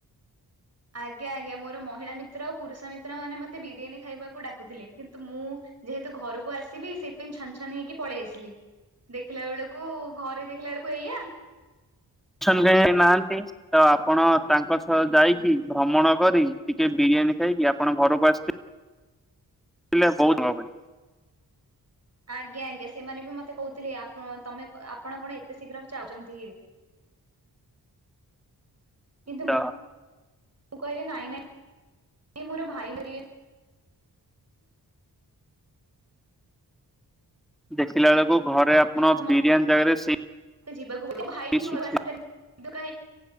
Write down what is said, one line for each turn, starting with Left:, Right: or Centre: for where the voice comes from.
Right: ଆଜ୍ଞା, ଆଜ୍ଞା ମୋର ମହିଳା ମିତ୍ର ଆଉ ପୁରୁଷ ମିତ୍ର ମାନେ ମତେ ବିରିୟାନୀ ଖାଇବାକୁ ଡାକୁଥିଲେ, କିନ୍ତୁ ମୁଁ ଯେହେତୁ ଘରକୁ ଆସି ସିବି ସେଇଥି ପାଇଁ ଛନ, ଛନ ହେଇକି ପଳେଇ ଆସିଲି ଦେଖିଲା ବେଳକୁ ଘରେ ଦେଖିଲା ବେଳକୁ ଏଇଆ।
Centre: ଅଛନ୍ତି <unintelligible> ନାହାନ୍ତି। ତ ଆପଣ ତାଙ୍କ ସହ ଯାଇକି ଭ୍ରମଣ କରି ଟିକେ ବିରିୟାନୀ ଖାଇକି ଆପଣ ଘରକୁ ଆସି ହେଲେ ବହୁତ୍ ଭାବେ।
Right: ଆଜ୍ଞା, ଆଜ୍ଞା ସେମାନେ ବି ମତେ କହୁଥିଲେ ଆ ତମେ ଆପଣ କଣ ଏତେ ଶୀଘ୍ର ଚାହୁଛନ୍ତି ହେଇରି। କିନ୍ତୁ
Centre: ତ
Right: ମୁଁ। ମୁଁ କହିଲି ନାଇଁ ନାଇଁ ମୋର-ଭାଇ-ଧ।
Centre: ଦେଖିଲା ବେଳକୁ ଘରେ ଆପଣ
Right: ତ
Centre: ବିରିୟାନୀ ଜାଗାରେ ସେଇ।
Right: ଯିବାକୁ ମୋ ଭାଇ ହିଁ ଘରକୁ
Centre: ଶୁଖିଲା
Right: ଆସିଲାନି